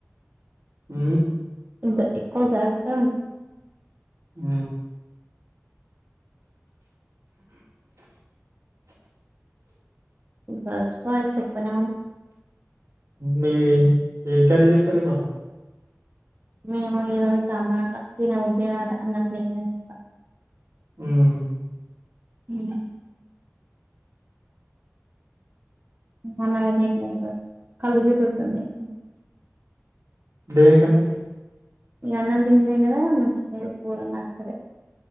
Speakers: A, on the right; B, on the right.
A: అ
B: ఎంత ఎక్కువ దా ఉంట
A: ఆ
B: బస్ పాస్ సప్పనే
A: మీ ఏ కర్రీ చేస్తారు ఈ వాళ్ళ
B: మేము ఈరోజు టమాటా తినే <unintelligible> అన్నంన్నం
A: మ్మ్
B: మ్మ్ <unintelligible> కళ్ళు తిరుగుతున్నాయి
A: దేనికండి
B: ఇక అన్నం తిందే కదా మంచిగా నీరు పూ నచ్చలే